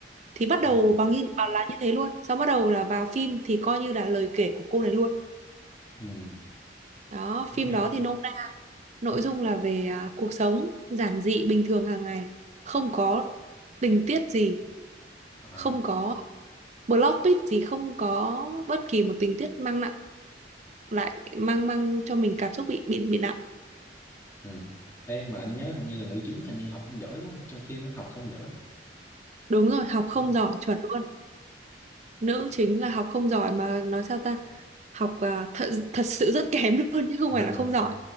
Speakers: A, on the right (about 40°); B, on the left (about 15°).
A: thì bắt đầu
B: Ừ,
A: bằng như bảo là như thế luôn sau bắt đầu là vào phim thì coi như là lời kể của cô này luôn
B: ừ.
A: đó
B: Cũng
A: phim
B: Hay.
A: đó thì nôm na nội dung là về à, cuộc sống giản dị bình thường hàng ngày không có tình tiết gì
B: À,
A: không có plot twist gì không có bất kỳ một tình tiết mang nặng lại mang mang cho mình cảm xúc bị bị bị nặng
B: ừ. Ê, mà anh nhớ hình như là nữ chính hình như học không giỏi đúng không? Trong phim á, học không giỏi.
A: đúng rồi học không
B: Đúng không?
A: giỏi chuẩn luôn nữ chính là học không giỏi mà nói sao ta học à, thật thật sự rất kém luôn chứ không
B: Ờ,
A: phải là không giỏi